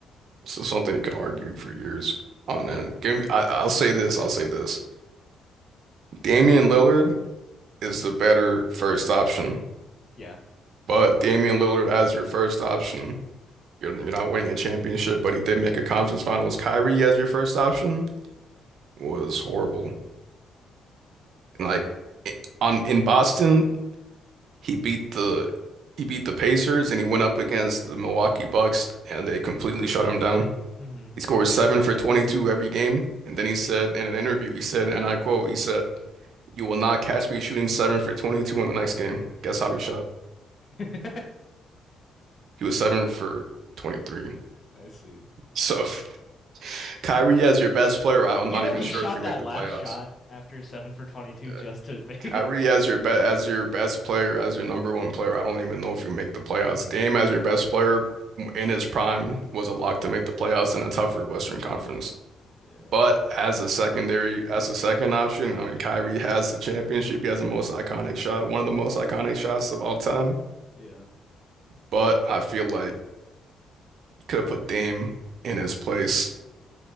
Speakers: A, on the right; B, on the left.
A: This is something you could argue for years on
B: Yeah,
A: end. Give me, I, I'll say this. I'll say this. Damian Lillard is the better first option,
B: yeah.
A: but Damian Lillard as your first option, you're, you're not winning a championship. But he did make a conference finals. Kyrie as your first option was horrible. And Like on in Boston, he beat the he beat the Pacers and he went up against the Milwaukee Bucks and they completely shut him down.
B: hmm
A: He scores seven for 22 every game. And then he said in an interview, he said, and I quote, he said, "You will not catch me shooting seven for 22 in the next game." Guess how he shot?
B: <laughs>
A: He was seven for 23.
B: I see.
A: So <laughs> Kyrie as your best player out, I'm
B: You
A: not
B: know
A: even
B: he
A: sure
B: shot
A: if you make
B: that
A: the
B: last
A: playoffs.
B: shot after seven for twenty two
A: Yeah.
B: just to make
A: Kyrie
B: it. <laughs>
A: as your be as your best player, as your number one player. I don't even know if you make the playoffs. Dame as your best player in his prime was a lock to make the playoffs in a tougher Western Conference.
B: Yeah,
A: But as a secondary, as a second option, I mean, Kyrie has the championship. He has the most iconic shot, one of the most iconic shots of all time.
B: yeah.
A: But I feel like you could have put Dame in his place.